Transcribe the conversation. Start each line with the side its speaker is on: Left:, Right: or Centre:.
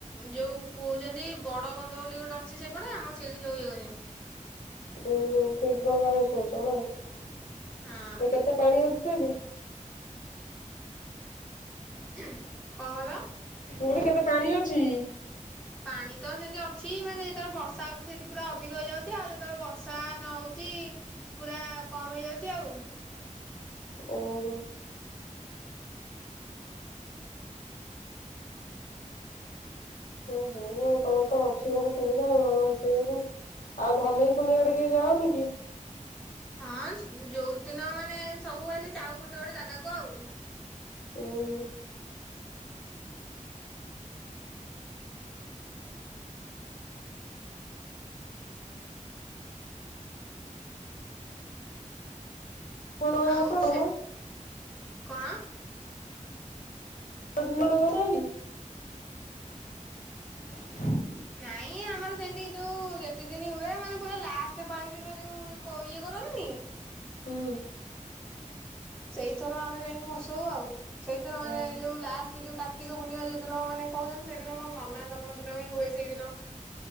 Centre: ଯୋଉ କହୁଛନ୍ତି ବଡ଼ ବନ୍ଧ ବୋଲି ଗୋଟେ ଅଛି ସେପଟେ ଆମର ସେଇଠି ସବୁ ୟେ କରିବେ।
Left: ଉଁ ହୁଁ ସେଇଠି ଡଙ୍ଗା ଭସଉଛ ନା
Centre: ହଁ
Left: କେତେ ପାଣି ଅଛି ସେଇଟି?
Centre: କଣ କହିଲ?
Left: ପୁଣି କେବେ ପାଣି ଅଛି।
Centre: ପାଣି ତ ସେନ୍ତି ଅଛି ମାନେ ଯେତେବେଳେ ବର୍ଷା ହୋଉଛି ସେଠୀ ପୁରା ଅଧିକ ହୋଇଯାଉଛି ଆଉ ଯେତେବେଳେ ବର୍ଷା <unintelligible> ହେଉଛି ପୁରା କମ୍ ହେଇଯାଉଛି ଆଉ।
Left: ଓ ହୋ। ଓ ହଉ ଆଉ ତମର ତ ଅଛି ଭଲ ସୁବିଧା ଆଉ ଡଙ୍ଗା ଭସେଇବାକୁ। ଆଉ ଭନେଇ ଫନେଇ ଆଡ଼େ କିଏ ଯାଅନି କି?
Centre: ହାଁନସ୍ ଯୋଉ ଦିନ ମାନେ ସବୁ ଏମତି ଯାଉ ଗୋଟେ ଗୋଟେ ଜାଗାକୁ ଆଉ।
Left: ହୁଁ ଉଁ। କଣ ଡଙ୍ଗା
Centre: ଆଉ
Left: ଭସାଅ
Centre: ସେ
Left: ମ?
Centre: <inaudible> କଣ?
Left: <unintelligible> <unintelligible>
Centre: ନାଇଁ ଆମର ସେମିତି ଯଉ ଯେତେ ଦିନି ହୁଏ, ମାନେ ପୁରା ଲାଷ୍ଟ ପାଳି ଦିନ ଯଉ। କୋ ଇଏ କରନ୍ତିନି।
Left: ହୁଁ।
Centre: ସେଇଥର ଆମେ ଯାଇକି ଭସଉ ଆଉ, ସେଇଥର ମାନେ
Left: ଓହୋ
Centre: ଯଉ ଲାଷ୍ଟ। ସେ ଯଉ କାର୍ତ୍ତିକ ପୂର୍ଣ୍ଣିମା ଯଉ ଦିନ ମାନେ କହୁଛନ୍ତି, ସେଦିନ ମୋ ନନା ଜନ୍ମଦିନ ବି ହୁଏ ସେଇଦିନ।